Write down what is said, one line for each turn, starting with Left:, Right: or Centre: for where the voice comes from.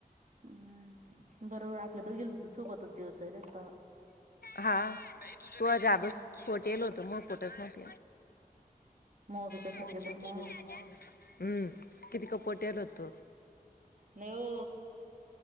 Right: हम्म बरोबर आपल्या दोघी सोबतच दिवस जाईल आता
Left: हा. तू जादस
Right: हम्म
Left: पोट येईल होत म पोट पोटच नव्हत
Right: मग बी कशाच
Left: <unintelligible>
Right: येल तर माणूस
Left: हम्म. किती क पोट एल होत.
Right: नाही ओ.